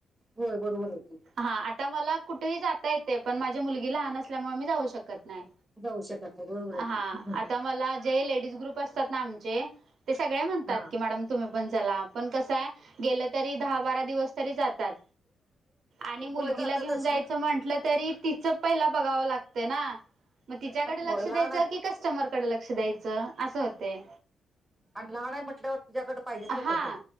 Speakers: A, in the centre; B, on the right.
A: होय बरोबर आहे की
B: हा आता मला कुठेही जात ता येते पण माझी मुलगी लहान असल्यामुळे मी जाऊ शकत नाही.
A: जाऊ शकत नाही बरोबर
B: हा
A: आहेे की
B: आता मला जे लेडीज ग्रुप असतात ना आमचे ते सगळे म्हणतात
A: हा
B: की मॅडम तुम्ही पण चला पण कसं हाय गेलं तरी दहा-बारा दिवस तरी जातात आणि मुलगीला
A: होय जातातच
B: घेऊन जायचं
A: की
B: म्हटलं तरी तिचं पहिला बघावं लागतं ना मग तिच्याकडे लक्ष
A: होय लहान
B: द्यायच
A: आहे
B: कि कस्टमरकडे लक्ष द्यायचं? असं होतय
A: आणि लहान आहे म्हटल्यावर तिच्याकडे पाहिजेच
B: हा
A: ना कोण तरी